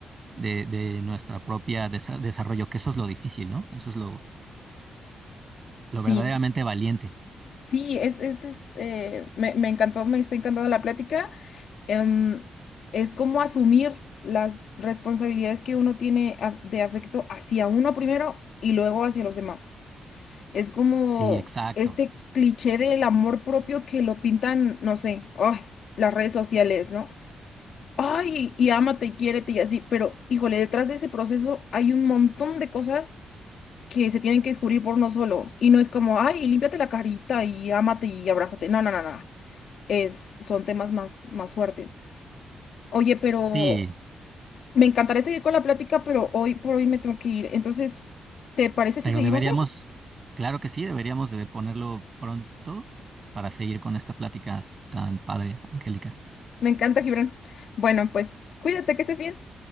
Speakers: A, on the right; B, on the left.
A: de, de nuestra propia desa- desarrollo, que eso es lo difícil, ¿no? Eso es lo, lo
B: sí.
A: verdaderamente valiente.
B: Sí, es, es, es, eh, me, me encantó, me está encantando la plática. em, es como asumir las responsabilidades que uno tiene a- de afecto hacia uno primero y luego hacia los demás. Es como
A: Sí, exacto.
B: este cliché del amor propio que lo pintan, no sé, ay, las redes sociales, ¿no? Ay, y ámate y quiérete y así, pero híjole, detrás de ese proceso hay un montón de cosas que se tienen que descubrir por uno solo. Y no es como, ay, límpiate la carita y ámate y abrázate. No, no, no, no. Es, son temas más, más fuertes. Oye, pero
A: Sí,
B: Me encantaría seguir con la plática, pero hoy por hoy me tengo que ir. Entonces, ¿te parece
A: pero
B: si seguimos
A: deberíamos,
B: luego?
A: claro que sí, deberíamos de ponerlo pronto para seguir con esta plática tan padre, Angélica.
B: Me encanta, Gibran. Bueno, pues cuídate, que estés bien.